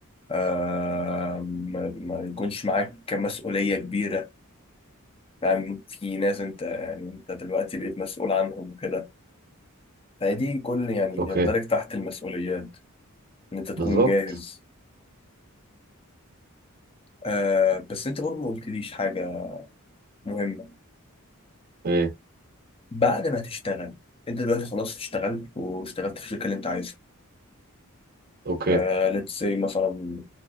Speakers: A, on the left; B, on the right.
A: آه ما, ما يكونش معاك مسؤولية كبيرة يعني في ناس أنت يعني أنت دلوقتي بقيت مسؤول عنهم وكده فدي كل يعني
B: اوكي
A: يندرج تحت المسؤوليات إن أنت تكون
B: بالظبط
A: جاهز آه بس انت برضه ما قلتليش حاجة مهمة
B: ايه
A: بعد ما تشتغل انت دلوقتي خلاص اشتغلت واشتغلت في الشركة اللي انت عايزها
B: اوكي
A: آه ليتس سي مثلا